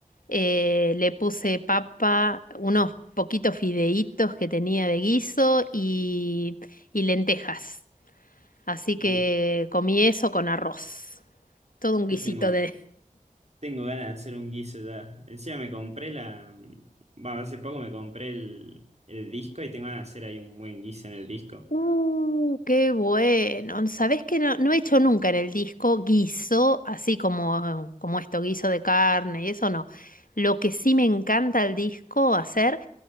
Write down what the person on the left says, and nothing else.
eh, le puse papa, unos poquitos fideitos que tenía de guiso y, y lentejas. Así que
comí eso con arroz. Todo un guisito
de...
¡Uh, qué bueno! ¿Sabés que no, no he hecho nunca en el disco guiso, así como, como esto, guiso de carne y eso no. Lo que sí me encanta al disco hacer